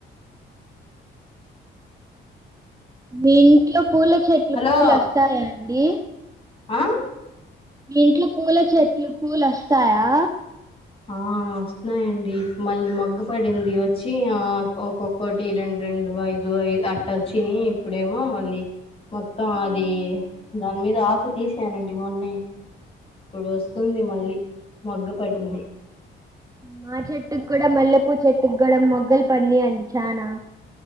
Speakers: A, on the right; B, on the left.
A: మీ ఇంట్లో పూల చెట్లు
B: హలో
A: పూలు అస్తాయా అండి.
B: ఆ
A: మీ ఇంట్లో పూల చెట్లు పూలు అస్తాయా.
B: ఆ వస్తున్నాయండి, మళ్ళీ మొగ్గ పడింది వచ్చి ఆ ఒక్కొక్కటి రెండు రెండు అయి ఐదు అయి అట్ట వచ్చినయి ఇప్పుడేమో మళ్ళీ మొత్తం అది దాని మీద ఆకు తీసానండి మొన్నే. ఇప్పుడు వస్తుంది మళ్ళీ మొగ్గ పడింది.
A: మా చెట్టుకి కూడా మల్లెపూ చెట్టుకి కూడా మొగ్గలు పడినయండి చానా.